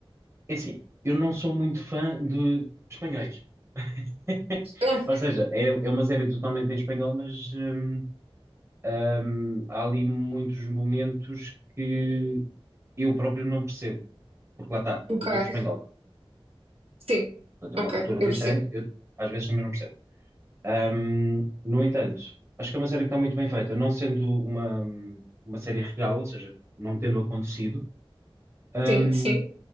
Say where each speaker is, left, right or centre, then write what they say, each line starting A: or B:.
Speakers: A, on the right; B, on the right.
A: É assim, eu não sou muito fã de espanhóis. <laughs>
B: Ah,
A: Ou seja, é, é uma série totalmente em espanhol, mas hum, hum, há ali muitos momentos que eu próprio não percebo, porque lá está,
B: ok.
A: cultura espanhola.
B: Sim,
A: Portanto, é
B: ok,
A: uma cultura
B: eu
A: diferente,
B: percebo.
A: eu às vezes também não percebo. Hum, no entanto, acho que é uma série que está muito bem feita, não sendo uma, uma série real, ou seja, não tendo acontecido, hum,
B: Sim, sim,